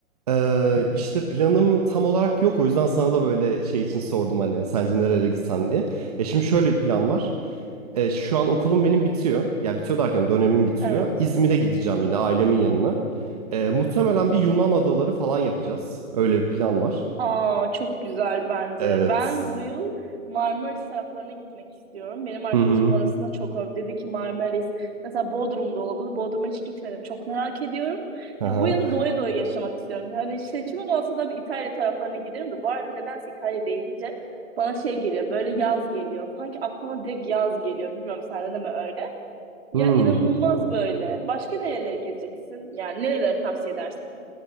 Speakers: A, on the right; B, on the right.
A: e, işte planım tam olarak yok. O yüzden sana da böyle şey için sordum hani sence nerelere gitsem diye. Ya şimdi şöyle bir plan var. E, şu an okulum benim bitiyor. Ya bitiyor derken dönemim bitiyor.
B: Evet.
A: İzmir'e gideceğim yine ailemin yanına. E, muhtemelen bir Yunan adaları falan yapacağız. Öyle bir plan var.
B: Aa çok güzel bence.
A: Evet.
B: Ben bu yıl Marmaris taraflarına gitmek istiyorum. Benim arkadaşım
A: Hı hı.
B: orasına çok övdü. Dedi ki Marmaris mesela Bodrum'da olabilir. Bodrum'a hiç gitmedim. Çok merak ediyorum.
A: Aha.
B: Ya bu yılı doya doya yaşamak istiyorum. Yani seçimim olsa da bir İtalya taraflarına giderim de. Bu arada nedense İtalya deyince bana şey geliyor. Böyle yaz geliyor. Sanki aklıma direkt yaz geliyor. Bilmiyorum sende de mi öyle? Ya
A: Hmm.
B: inanılmaz
A: Tamam.
B: böyle. Başka nerelere gezeceksin? Yani nerelere tavsiye edersin?